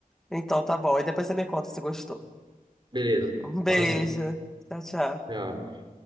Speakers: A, in the centre; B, on the right (about 30°).
A: Então, tá bom. E depois você me conta se gostou.
B: Beleza,
A: Um beijo.
B: fala assim.
A: Tchau, tchau.
B: Tchau.